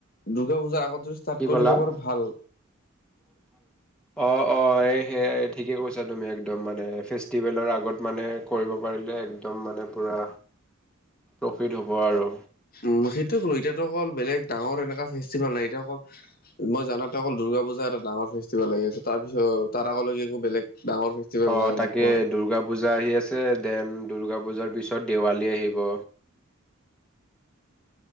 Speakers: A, on the left; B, in the centre.
A: দুৰ্গা পূজাৰ আগত য ষ্টাৰ্ট
B: কি
A: কৰিব
B: ক'লা?
A: পাৰ ভাল।
B: <unintelligible> অ অ এই সেয়াই ঠিকেই কৈছা তুমি একদম মানে ফেষ্টিভেলৰ আগত মানে কৰিব পাৰিলে একদম মানে পূৰা প্ৰফিট হ'ব আৰু।
A: উম সেইটোৱ কলো এতিয়াটো অকল বেলেগ ডাঙৰ এনেকুৱ ফেষ্টিভেল নাই, এতিয়া অকল মই জানাতটো অকল দুৰ্গা পূজা এটা ডাঙৰ ফেষ্টিভেল লাগি আছে। তাৰ পিছত তাত আগলৈকে একো বেলেগ ডাঙৰ ফেষ্টিভেল
B: অ
A: নাই এনেকুৱা।
B: তাকে দূৰ্গা পূজা আহি আছে, দেন দুৰ্গা পূজাৰ পিছত দেৱালী আহিব।